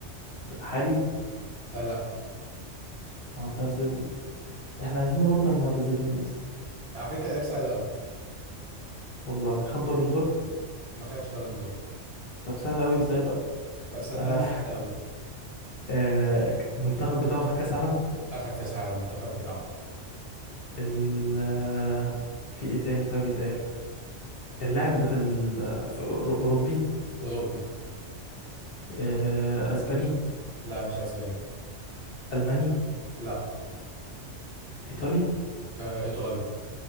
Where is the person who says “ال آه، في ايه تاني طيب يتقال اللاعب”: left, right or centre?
Left